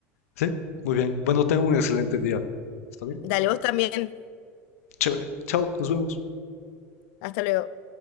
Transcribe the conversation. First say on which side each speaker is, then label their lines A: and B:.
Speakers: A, on the left; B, on the left.
A: Sí, muy bien. Bueno, tengo un excelente día. ¿Está bien?
B: Dale, vos también.
A: Chévere. Chao, nos vemos.
B: Hasta luego.